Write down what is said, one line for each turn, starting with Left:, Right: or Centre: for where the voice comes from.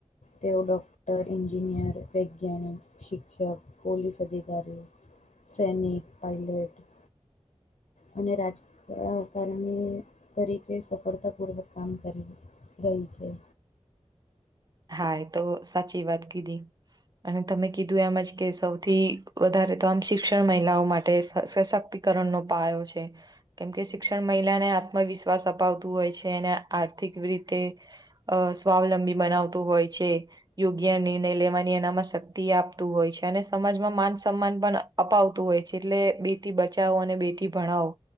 Left: તેઓ ડૉક્ટર, એન્જિનિયર, વૈજ્ઞાનિક, શિક્ષક, પોલીસ અધિકારી સૈનિક, પાયલટ, અને રાજ અ કારણી તરીકે સફળતાપૂર્વક કામ કર્યું રહે છે.
Right: હા તો સાચી વાત કીધી અને તમે કીધું એમજ કે સૌથી વધારે તો આમ શી ક્ષણ મહિલાઓ માટે સશક્તિકરણનો પાયો છે. કેમકે શિક્ષણ મહિલાને આત્મવિશ્વાસ અપાવતું હોય છે અને આર્થિક રીતે અ સ્વાવલંબી મનાવતું હોય છે. યોગ્ય નિર્ણય લેવાની એનામાં શક્તિ આપતું હોય છે અને સમાજમાં માન સન્માન પણ અપાવતું હોય છે એટલે બેટી બચાવો અને બેટી ભણાવો